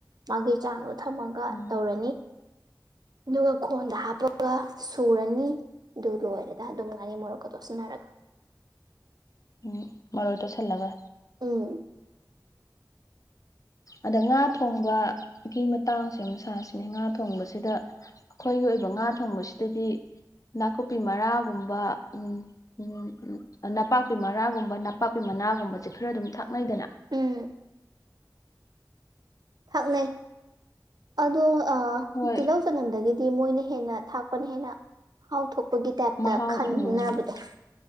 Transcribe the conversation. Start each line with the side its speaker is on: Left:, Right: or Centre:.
Right: ꯃꯥꯒꯤ ꯆꯥꯡꯗꯣ ꯊꯝꯃꯒ
Left: ꯎꯝ
Right: ꯇꯧꯔꯅꯤ ꯑꯗꯨꯒ ꯈꯣꯟꯗ ꯍꯥꯞꯄꯒ ꯁꯨꯔꯅꯤ ꯑꯗꯨ ꯂꯣꯏꯔꯦꯗ ꯑꯗꯨꯝ ꯉꯥꯅꯤ ꯃꯣꯔꯣꯛꯀ ꯇꯣꯁꯤꯟꯅꯔꯒ
Left: ꯎꯝ ꯃꯔꯣꯏ ꯇꯧꯁꯤꯜꯂꯒ
Right: ꯎꯝ
Left: ꯑꯗ ꯉꯥ ꯊꯣꯡꯕꯒꯤ ꯃꯇꯥꯡꯁꯦ ꯑꯃꯨ ꯃ ꯁꯥꯁꯤꯅꯦ ꯉꯥ ꯊꯣꯡꯕꯁꯤꯗ ꯑꯩꯈꯣꯏꯒꯤ ꯑꯣꯏꯕ ꯉꯥ ꯊꯣꯡꯕꯁꯤꯗꯗꯤ ꯅꯥꯀꯨꯞꯄꯤ ꯃꯔꯥꯒꯨꯝꯕ ꯎ ꯎꯝ ꯅꯄꯥꯛꯄꯤ ꯃꯔꯥꯒꯨꯝꯕ ꯅꯄꯥꯛꯄꯤ ꯃꯅꯥꯒꯨꯝꯕꯁꯦ ꯈꯔ ꯑꯗꯨꯝ ꯊꯛꯅꯩꯗꯅ
Right: ꯎꯝ ꯊꯥꯛꯅꯩ ꯑꯗꯣ
Left: ꯍꯣꯏ
Right: ꯇꯤꯜꯍꯧ ꯆꯅꯝꯗꯒꯤꯗꯤ ꯃꯣꯏꯅ ꯍꯦꯟꯅ ꯊꯥꯛ ꯍꯅ ꯍꯥꯎ ꯊꯣꯛꯄꯒꯤ ꯇꯥꯏꯞꯇ
Left: ꯃꯍꯥꯎ
Right: ꯈꯟꯅꯕꯗꯣ
Left: ꯎꯝ